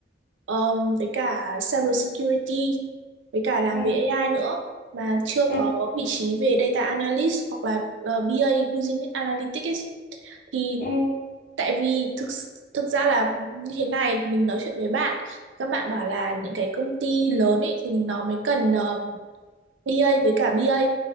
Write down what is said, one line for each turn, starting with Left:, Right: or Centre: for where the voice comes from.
Right: um, với cả cyber security với cả làm
Left: ừ,
Right: về AI nữa mà chưa
Left: ừ.
Right: có vị trí về data analyst hoặc là ờ, BA business analytics ấy. thì
Left: ừ.
Right: tại vì thực thực ra là như thế này mình nói chuyện với bạn các bạn bảo là những cái công ty lớn ấy thì nó mới cần ờ, đê A với cả bê A.